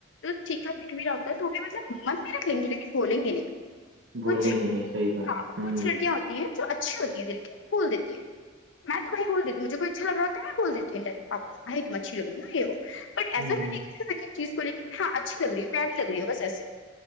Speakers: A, on the left (about 75°); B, on the right (about 75°).
A: چیھا دکھ بھی رہ ہوتا ہے تو وہ بھی مطلب من بھی رکھ لیں گی لیکن بولیں گے نہیں
B: بولیں
A: کچھ
B: گے نہیں صحیح بات
A: ہاں
B: ہوں
A: کچھ لڑکیاں ہوتی ہیں جو اچھی ہوتی ہیں دل کے بھول دیتی ہیں میں توم بول دیتی ہ مھے کوئی اچھا لگاتا ہے میں بولتیوں ڈائراب بائی تم اچھی لگتی ہو ہے ہو بٹ ایسا
B: ہوں
A: بھی نہیں چیز کو لے ہاں اچھی لگ رہی ہے پیاری لگ رہی ہے بس ایسے